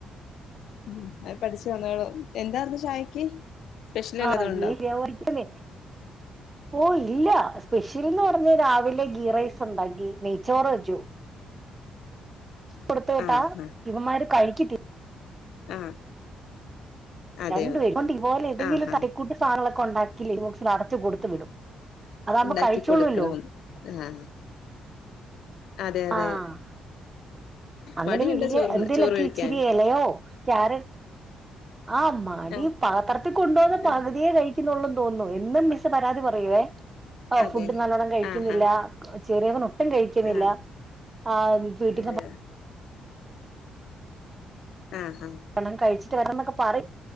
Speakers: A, on the left; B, on the right.
A: ഉം അത് പഠിച്ചു വന്നോളും എന്താര്ന്നു ചായക്ക് സ്പെഷ്യൽ വല്ലതും
B: ആഹ് <unintelligible>
A: ഉണ്ടോ
B: ഓഹ് ഇല്ലാ സ്പെഷ്യൽന്ന് പറഞ്ഞ് രാവിലെ ഗീ റൈസുണ്ടാക്കി നെയ്ച്ചോറ് വെച്ചു കൊടുത്തു വിട്ടാ
A: ആഹ് ആഹ്
B: ഇവന്മാര് കഴിക്കത്ത്
A: ആഹ് അതെയോ
B: രണ്ടു പേര് ണ്ടി തിപോലെ എന്തേങ്കിലും
A: ആഹാ
B: തട്ടിക്കൂട്ട് സാനങ്ങളൊക്കെ ഒണ്ടാക്കി ലഞ്ച്ബോക്സിൽ അടച്ച് കൊടുത്ത് വിടും അതാവുമ്പ
A: ഉണ്ടാക്കി
B: കഴിച്ചോള്ളൂല്ലോ
A: കൊടുക്കണം ആഹ് അതെ അതെ
B: ആഹ് അങ്ങനെ
A: മടിയുണ്ടോ
B: വല്യ
A: ചോറുണ്ണാൻ
B: എന്തെലൊക്കെ
A: ചോറ് കഴിക്കാൻ
B: ഇച്ചിരി ഇലയോ കാര്യ ആഹ് മടി
A: ആഹ്
B: പാത്രത്തിൽ കൊണ്ടോണ പകുതിയെ
A: ആഹ്
B: കഴി ക്കുന്നുള്ളൂ തോന്നുന്നു എന്നും മിസ്സ് പരാതി പറയുവേ ഹോ
A: അതെ
B: ഫുഡ് നല്ലോണ്ണം കഴിക്കുന്നില്ല
A: ആഹാ
B: ചെറിയവൻ ഒട്ടും കഴിക്കുന്നില്ല
A: ആഹ്
B: ആ വീട്ടിത്തെ
A: അതെയോ
B: ഭക്ഷ
A: ആഹ് ഹാ
B: ഭക്ഷണം കഴിച്ചിട്ട് വരാന്നൊക്കെ പറയും